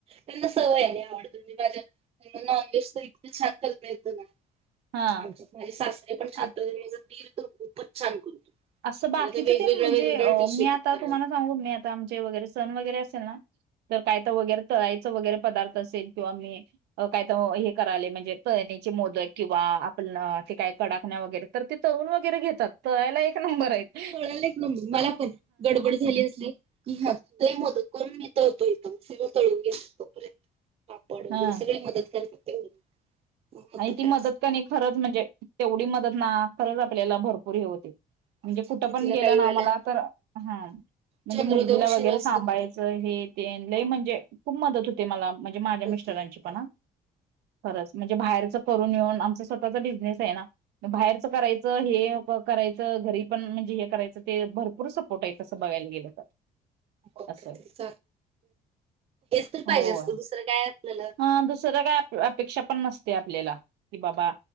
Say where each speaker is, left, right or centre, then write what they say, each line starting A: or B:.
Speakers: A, on the right; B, on the right.
A: त्यांना सवय आहे नाही आवडत नी माझ्या नॉन व्हेज त इतक छान करता येतं ना.
B: हा
A: आमच्या त माझे सासरे पण <unintelligible>
B: हा
A: माझा दीर तर खूपच छान करतो.
B: असं बाकीचं
A: आणि ते वेगवेगळ्या
B: तेन म्हणजे
A: वेगवेगळ्या
B: अ
A: डिश
B: मी
A: येतात
B: आता
A: करायला.
B: तुम्हाला सांगू मी आता आमचे वगैरे सण वगैरे असेल ना. तर काय त वगैरे तळायच वगैरे पदार्थ असेल किंवा मी काय त हे. कराले म्हणजे तळणीचे मोदक किंवा आपन ते काय कडाकण्या वगैरे तर ते तळून वगैरे घेतात. तो यायला एक नंबर आहे.
A: कळालच नाही मला पण गडबड झाली असली. तूय मोदकं करून नितळतो इथ सि तळून घेत तोपर्यंत. पापड वगैरे
B: हा
A: सगळे मदत करतात तेवढी. मग
B: आणि
A: काय
B: ती मदत कनी खरंच म्हणजे तेवढी मदत ना खरंच आपल्याला भरपूर हे होते.
A: चतुर्थीला
B: म्हणजे कुठं पण गेलं
A: काही
B: ना
A: वेळेला
B: आम्हाला तर हा म्हणजे
A: चंद्रोदय
B: मुलगीला
A: उशिरा
B: वगैरे
A: असतो
B: सांभाळयचं
A: की नाही
B: हे ते लयी
A: हा
B: म्हणजे खूप मदत होते मला म्हणजे माझ्या
A: होती
B: मिस्टरांची
A: होती
B: पण हा खरंच म्हणजे. जे बाहेरच करून येऊन आमचा स्वतःचा बिजनेस आहे ना म बाहेरच कराय च हे करायचं घरी पण म्हणजे हे करायचं, ते भरपूर सपोर्ट आहे तसं बघायला गेलं तर.
A: हेच
B: असं
A: तर
B: होय.
A: पाहिजे असतं दुसरं काय आपल्याला.
B: अ दुसरं काय अप-अपेक्षा पण नसते आपल्याला कि बाबा.